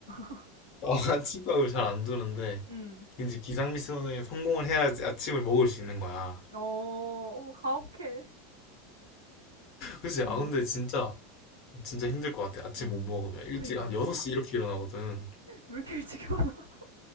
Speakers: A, on the right (about 80°); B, on the left (about 45°).
A: <laughs>
B: 어, <laughs> 아침밥을 잘 안 주는데,
A: 응,
B: 이제 기상 미션에 성공을 해야지 아침을 먹을 수 있는 거야.
A: 어, 어머, 가혹해.
B: 그치? 아,
A: 응,
B: 근데 진짜, 진짜 힘들 것 같아. 아침
A: 응.
B: 못 먹으면. 일찍
A: 그니까.
B: 한 6시 이렇게 일어나거든.
A: 왜 이렇게 일찍 일어나?